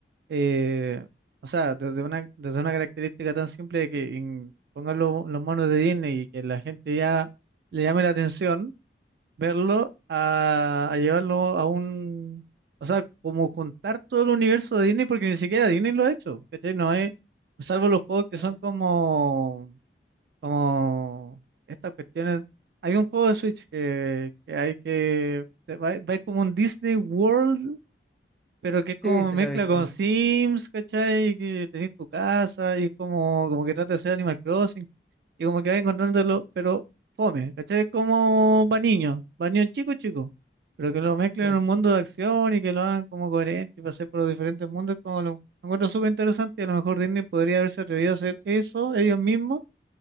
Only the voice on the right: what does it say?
eh, o sea, desde una, desde una característica tan simple de que en- pongan lo- los monos de Disney y que la gente ya le llame la atención, verlo a, a llevarlo a un, o sea, como juntar todo el universo de Disney, porque ni siquiera Disney lo ha hecho, ¿cachai? No es, salvo los juegos que
son como, como estas cuestiones. Hay un juego de Switch que, que hay que, va- va como un Disney World pero que es
como
mezcla
con Sims, ¿cachai? Que tenés tu casa y es como, como que trata de ser Animal Crossing y como que vas encontrándolo, pero fome, ¿cachai? Es como para niños, para niños chicos, chicos, pero que lo mezclen
en un mundo de acción y que lo hagan como coherente y pasar por los diferentes mundos, como lo, lo encuentro súper interesante y a lo mejor Disney podría haberse atrevido a hacer eso ellos mismos,